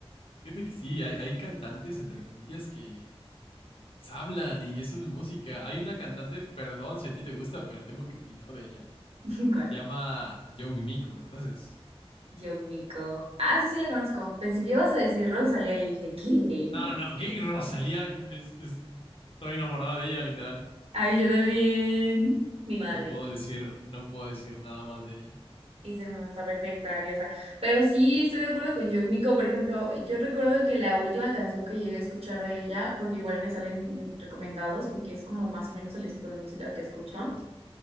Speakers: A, on the left (about 60°); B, on the right (about 70°).
A: Fíjate que sí, hay, hay cantantes, entre comillas, que, que nomás hablan y eso es música. Hay una cantante, perdón si a ti te gusta, pero tengo que opinar de ella,
B: <laughs>
A: que
B: Con
A: se llama Young Miko, ¿la conoces?
B: Yogmiko. Ah, sí, sí, la conozco. Pensé que ibas a decir Rosalía y dije, ¿qué? No.
A: No, no, no, gay Rosalía, es- es- estoy enamorado de ella, literal.
B: Ay, yo también. Mi madre.
A: No puedo decir, no puedo decir nada mal de ella.
B: Es hermosa, perfecta, diosa. Pero sí, estoy de acuerdo con Yumiko. Por ejemplo, yo recuerdo que la última canción que llegué a escuchar de ella, porque igual me salen recomendados, porque es como más o menos el estilo de música que escucho,